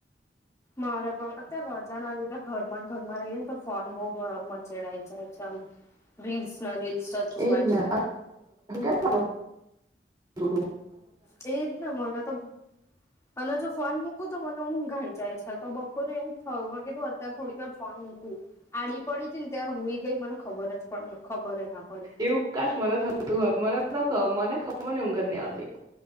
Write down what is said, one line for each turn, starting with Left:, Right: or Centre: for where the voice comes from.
Left: મારે પણ અત્યારે રજા ના લીધા ઘરમાં ઘરમાં રહીએે ને તો ફોન બહ મચેડાઈ જાય છેમ રીલ્સ ના રીલ્સ જ જોવાય
Right: એજ ને <inaudible> છોડું.
Left: એજ ને મને તો અને પેલો જો ફોન મૂકું. તો મને ઉઘાઈ જાય છે તો બપોરે એવું જ થયું કે તું અત્યારે થોડી વાર ફોન મૂકું. આડી પડી હતી ને ત્યા ખબર પણ ખબર ના પડી
Right: એવું કાશ મને થતું હોત મને તો મને ખબર ની ઉગ જ નહી આવતી